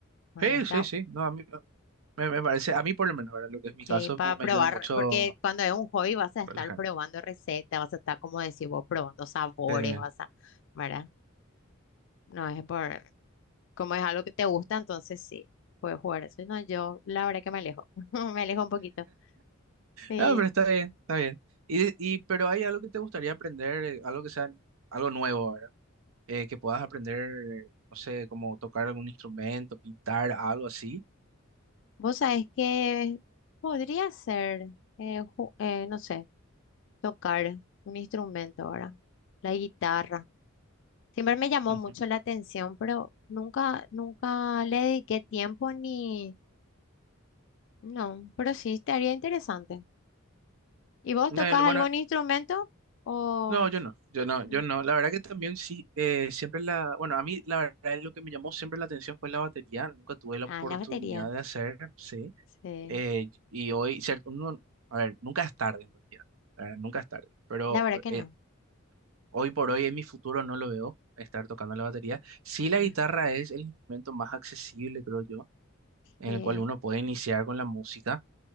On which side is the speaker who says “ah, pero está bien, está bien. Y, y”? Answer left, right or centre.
Right